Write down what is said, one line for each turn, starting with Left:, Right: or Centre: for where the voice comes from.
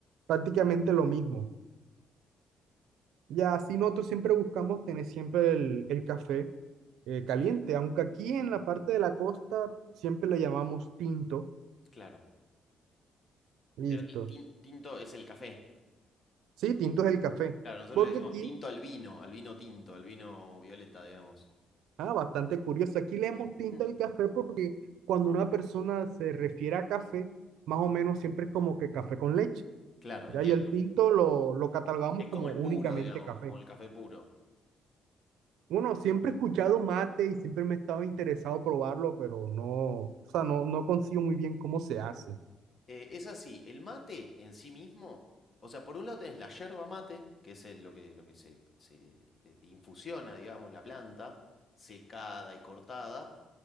Right: prácticamente lo mismo. Ya así nosotros siempre buscamos tener siempre el, el café eh, caliente, aunque aquí en la parte de la costa siempre le llamamos tinto.
Left: Claro.
Right: Listo.
Left: Pero ti- tin- tinto es el café.
Right: Sí, tinto es el café.
Left: Claro, nosotros
Right: Porque
Left: le decimos
Right: aquí,
Left: tinto al vino, al vino tinto, al vino violeta, digamos.
Right: ah, bastante curioso, aquí le hemos tinto
Left: Mm.
Right: al café porque cuando una persona se refiere a café, más o menos siempre es como que café con leche.
Left: Claro,
Right: Ya,
Left: entiendo.
Right: y el tinto lo, lo catalogamos
Left: Es
Right: como
Left: como el
Right: únicamente
Left: puro, digamos,
Right: café.
Left: como el café puro.
Right: Bueno, siempre he escuchado mate y siempre me he estado interesado probarlo, pero no, o sea, no, no consigo muy bien cómo se hace.
Left: Eh, es así, el mate en sí mismo, o sea, por un lado tenés la yerba mate, que es el- lo que, lo que se, se, eh, infusiona, digamos, la planta, secada y cortada,